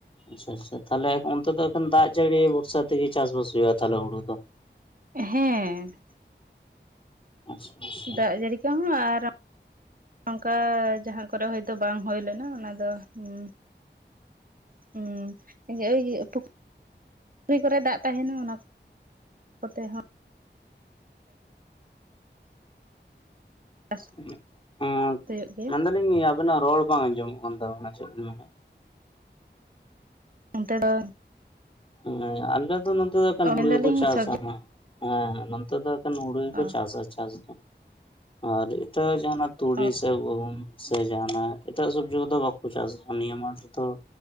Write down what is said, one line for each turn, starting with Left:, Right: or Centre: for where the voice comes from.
Left: ᱟᱪᱪᱷᱟ ᱟᱪᱪᱷᱟ ᱛᱟᱦᱚᱞᱮ ᱚᱱᱛᱮ ᱫᱚ ᱮᱠᱷᱚᱱ ᱫᱟᱜ ᱡᱟᱹᱲᱤ ᱵᱷᱚᱨᱥᱟ ᱛᱮᱜᱮ ᱪᱟᱥᱵᱟᱥ ᱦᱩᱭᱩᱜᱼᱟ ᱛᱟᱦᱚᱞᱮ ᱦᱩᱲᱩ ᱫᱚ?
Right: ᱦᱮᱸ
Left: ᱟᱪᱪᱷᱟ ᱟᱪᱪᱷᱟ
Right: ᱫᱟᱜ ᱡᱟᱹᱲᱤ ᱠᱚᱦᱚᱸ ᱟᱨ ᱚᱱᱠᱟ ᱡᱟᱦᱟᱸ ᱠᱚᱨᱮ ᱦᱚᱳᱭᱛᱚ ᱵᱟᱝ ᱦᱩᱭ ᱞᱮᱱᱟ ᱚᱱᱟ ᱫᱚ ᱦᱩᱸ ᱦᱩᱸ <unintelligible> ᱼᱼᱼ ᱯᱩᱠᱨᱤ ᱠᱚᱨᱮ ᱫᱟᱜ ᱛᱟᱦᱮᱱᱟ ᱚᱱᱟ ᱠᱚᱛᱮ ᱦᱚᱸ ᱪᱟᱥ
Left: <unintelligible>
Right: ᱦᱩᱭᱩᱜ ᱜᱮᱭᱟ
Left: ᱢᱮᱱᱫᱟᱞᱤᱧ ᱟᱵᱤᱱᱟᱜ ᱨᱚᱲ ᱵᱟᱝ ᱟᱸᱡᱚᱢᱚᱜ ᱠᱟᱱ ᱛᱟᱵᱮᱱᱟ ᱪᱮᱫ ᱵᱤᱱ ᱢᱮᱱᱮᱜ
Right: ᱚᱱᱛᱮ ᱫᱚ
Left: ᱦᱮᱸ ᱟᱞᱮ ᱫᱚ ᱱᱚᱛᱮ ᱫᱚ ᱮᱠᱮᱱ
Right: ᱚ
Left: ᱦᱩᱲᱩ
Right: ᱢᱮᱱᱫᱟᱞᱤᱧ
Left: ᱜᱮᱠᱚ ᱪᱟᱥᱟ
Right: ᱥᱚᱵᱽᱡᱤ
Left: ᱦᱟᱸᱜ ᱦᱮᱸ ᱱᱚᱛᱮ ᱫᱚ ᱮᱠᱮᱱ ᱦᱩᱲᱩ ᱜᱮᱠᱚ
Right: ᱚ
Left: ᱪᱟᱥᱟ ᱪᱟᱥ ᱫᱚ ᱟᱨ ᱛᱚ ᱡᱟᱦᱱᱟᱜ ᱛᱩᱲᱤ
Right: ᱚ
Left: ᱥᱮ ᱜᱩᱦᱩᱢ ᱥᱮ ᱡᱟᱦᱱᱟᱜ ᱮᱴᱟᱜ ᱥᱚᱵᱡᱤ ᱠᱚᱫᱚ ᱵᱟᱠᱚ ᱪᱟᱥᱟ ᱱᱤᱭᱟᱹ ᱢᱟᱴᱷ ᱨᱮᱫᱚ